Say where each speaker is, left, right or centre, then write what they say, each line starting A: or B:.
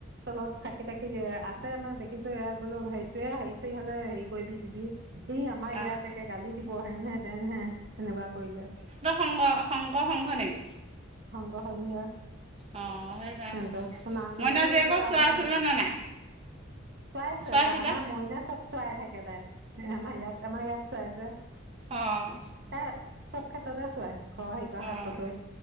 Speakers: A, on the right; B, on the right.
A: তলত চাকি তাকি আছে মানে দেখিছো ইয়াত বোলো সেইটোয়ে হেৰি চৰি হলে হেৰি কৰিবি দিবি। স আমাৰ ইয়াত
B: অঁ
A: একে গালি দিব, হেনহেঁতেনহে সেনেকুৱা কৰিলে।
B: সংগ সংগ সংঘ নেকি?
A: পৰা শৈয়িংঘা।
B: অঁ সেইকাৰণে
A: সতো শুনা কিখনে
B: মইনা জীয়েকক
A: গোটেই গাঁওখনে।
B: চোৱা আছিলেনে নাই
A: চোৱাইছে
B: চোৱা
A: তাই
B: চিতা
A: আমাৰ মইনা চব চোৱাই থাকে তাই, আমাৰ ইয়াত আমাৰ ইয়াত চোৱাই যে।
B: অঁ
A: তাই ছব ক্ষেত্ৰতে চোৱাই। ঘৰ হেৰীকুৱা ক্ষেত্ৰতো,
B: অঁ